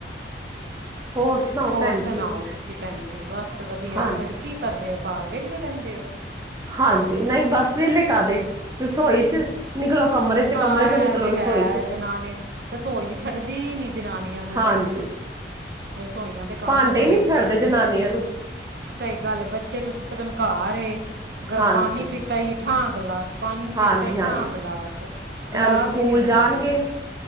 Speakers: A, on the right (about 20°); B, on the right (about 60°).
A: ਹੋਰ ਸੁਣਾਓ
B: ਹੋਰ
A: ਭੈਣ
B: ਸੁਣਾਓ
A: ਜੀ
B: ਤੁਸੀ ਭੈਨ ਜੀ? ਬਸ ਵਧੀਆ,
A: ਹਾਂਜੀ
B: ਫੇਰ ਕੀ ਕਰਦੇ ੳ ਘਰ, ਵੇਲੇ ਰੇੰਦੇ ੳ।
A: ਹਾਂਜੀ, ਨਈ ਬਸ ਵੇਲੇ ਕਾਦੇ ਰਸੋਈ ਚ ਨਿਕਲੋ ਕਮਰੇ ਚ
B: ਹਾਂ
A: ਕਮਰੇ 'ਚੋਂ ਨਿਕਲੋ
B: ਐ ਤੇ ਹੈ
A: ਰਸੋਈ 'ਚ
B: ਜਨਾਨੀ, ਰਸੋਈ ਛੱਡਦੀ ਨੀ ਜਨਾਨੀਆਂ ਨੂੰ।
A: ਹਾਂਜੀ।
B: ਤੇ ਰਸੋਈਆਂ ਦੇ ਕੰਮ
A: ਭਾਂਡੇ
B: ਈ ਬੜੇ
A: ਹੀ ਨਹੀਂ
B: ਹੁੰਦੇ
A: ਛੱਡਦੇ
B: ਨੇ।
A: ਜਨਾਨੀਆਂ ਨੂੰ
B: ਸਹੀ ਗੱਲ ਏ। ਬੱਚੇ ਜਦੋ ਤਕਨ ਘਰ ਏ,
A: ਹਾਂਜੀ
B: ਪਾਨੀ ਪੀਤਾ ਈ, ਠਾਂ ਗਲਾਸ ਪਾਨੀ
A: ਹਾਂਜੀ
B: ਪੀਤਾ ਈ
A: ਹਾਂਜੀ
B: ਠਾਂ ਗਲਾਸ। ਗਲਾਸ
A: ਐਨ ਸਕੂਲ
B: ਈ ਨੀ ਮੁੱਕਦੇ
A: ਜਾਣਗੇ
B: ਤੇ।